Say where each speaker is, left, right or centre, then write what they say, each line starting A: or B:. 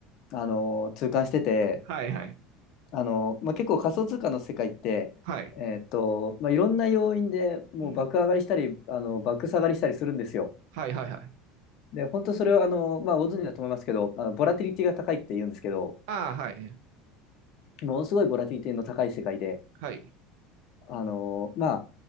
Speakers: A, on the left; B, on the right.
A: あの痛感してて
B: はいはい。
A: あの、まあ、結構仮想通貨の世界って、
B: はい。
A: えーっとまあ、いろんな要因でもう爆上がりしたりあの爆下がりしたりするんですよ。
B: うん。はいはいはい。
A: で本当それはあの、まあ、ご存知だと思いますけどあのボラティリティが高いって言うんですけど
B: うん。ああ、はい。
A: ものすごいボラティリティの高い世界で
B: はい。
A: あの、ま